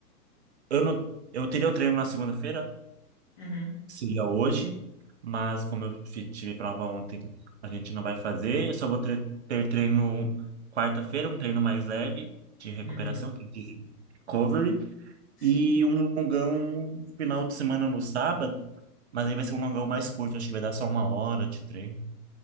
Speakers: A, on the right; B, on the left.
A: Eu não, eu teria o treino na segunda-feira,
B: Uhum,
A: seria hoje, mas como eu fi- tive prova ontem, a gente não vai fazer. Eu só vou tre- ter treino quarta-feira, um treino mais leve de recuperação,
B: uhum,
A: que dizem recovery,
B: sim.
A: e um longão final de semana no sábado, mas aí vai ser um longão mais curto, acho que vai dar só uma hora de treino.